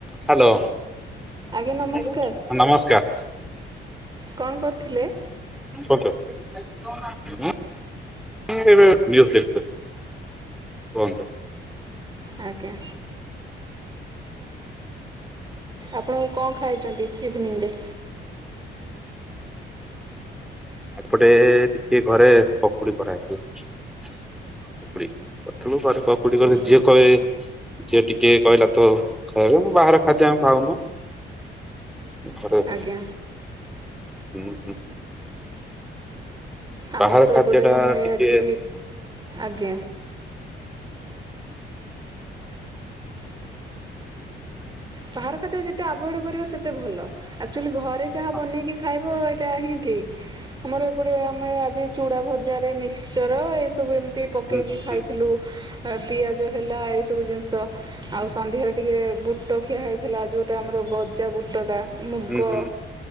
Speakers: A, in the centre; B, on the right (about 20°).
A: Hello.
B: ଆଜ୍ଞା ନମସ୍କାର
A: <inaudible> ନମସ୍କାର।
B: କ'ଣ କରୁଥିଲେ
A: ଓକେ <inaudible> <unintelligible> କୁହନ୍ତୁ।
B: ଆଜ୍ଞା। ଆପଣକୁ କଁ ଖାଇଚନ୍ତି ଇଭିନିଂରେ?
A: ଏପଟେ ଟିକେ ଘରେ ପକୁଡି କରାହେଇଥିଲା ପକୁଡି କରିଥିଲୁ ଘରେ ପୁଡି ଗଲେ
B: ଓହୋ
A: ଯିଏ କୟେ ଯିଏ ଟିକେ କହିଲା ତ ଖାଇବେ ମୁଁ ବାହାରେ ଖାଦ୍ୟ ଆମେ ଖାଉନୁ। ଘରେ ହୁଁ
B: ଆଜ୍ଞା
A: ହୁଁ।
B: ଆମର
A: ବାହାର
B: ତ
A: ଖାଦ୍ୟ
B: ଏପଟେ
A: ଟା
B: ଆମେ
A: ଟିକେ
B: ଆଜି ଆଜ୍ଞା ବାହାର ଖାଦ୍ୟ ଯେତେ ଆଭଏଡ କରିବ ସେତେ ଭଲ ଆକ୍ଚୁଆଲି ଘରେ ଯାହା
A: ହଁ
B: ବନେଇକି ଖାଇବ ଏଇଟା ହିଁ ଠିକ? ଆମର ଏପଟେ ଆମେ ଆଜି ଚୁଡା ଭ ମିକସଚର ଏ ସବୁମ ପକେଇକି
A: ହୁଁ ହୁଁ
B: ଖାଇଥିଲୁ
A: ହୁଁ
B: ପିଆଜ ହେଲା ଏଇସବୁ ଜିନିଷ ଆଉ ସନ୍ଧ୍ୟାରେ ଟିକେ ବୁ ଟଖିଆ ହେଇଥିଲା ଯେଉଁଟା ଆମର ଗଜା ବୁଟଟା। ମୁଗ
A: ହୁଁ